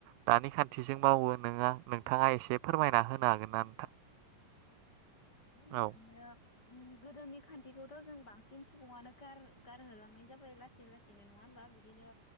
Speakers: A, on the right; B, on the left.
A: दानि खान्थिजों मावो नोङो नोंथाङा एसे फोरमायना होनो हागोनना?
B: औ <unintelligible> गोन
A: औ
B: बिदिनो ओम गोदोनि खान्थिखौथ' जों बांसिन सुबुङानो गार गारहोलांनाय जाबाय लासै लासैनो नङा होनबा बिदिनो।